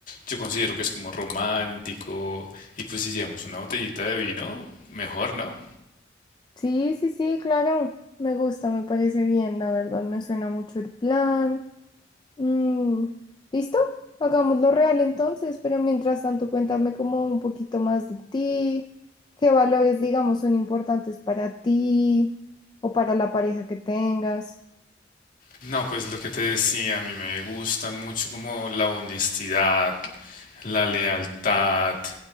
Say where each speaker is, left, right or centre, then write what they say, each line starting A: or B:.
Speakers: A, on the left; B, on the left.
A: yo considero que es como romántico, y pues si llevamos una botellita de vino, mejor, ¿no?
B: Sí, sí, sí, claro. Me gusta, me parece bien, la verdad, me suena mucho el plan. Mm, ¿listo? Hagámoslo real entonces, pero mientras tanto cuéntame como un poquito más de ti, qué valores, digamos, son importantes para ti o para la pareja que tengas.
A: No, pues lo que te decía, a mí me gusta mucho como la honestidad, la lealtad.